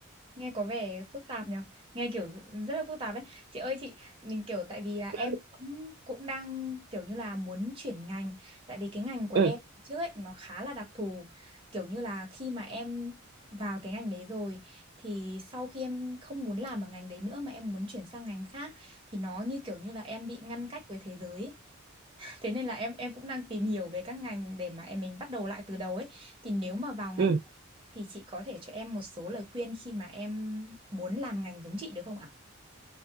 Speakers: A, on the right (about 25°); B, on the right (about 50°).
A: nghe có vẻ phức tạp nhở nghe kiểu rất là phức tạp ấy chị ơi chị mình kiểu tại vì là em
B: ừ
A: cũng cũng đang kiểu như là muốn chuyển ngành tại vì cái ngành của
B: ừ
A: em trước ấy nó khá là đặc thù kiểu như là khi mà em vào cái ngành đấy rồi thì sau khi em không muốn làm ở ngành đấy nữa mà em muốn chuyển sang ngành khác thì nó như kiểu như là em bị ngăn cách với thế giới ấy. Thế nên là em em cũng đang tìm hiểu về các ngành để mà em mình bắt đầu lại từ đầu ấy. Thì nếu mà vào ngành
B: ừ
A: của chị, thì chị có thể cho em một số lời khuyên khi mà em muốn làm ngành giống chị được không ạ?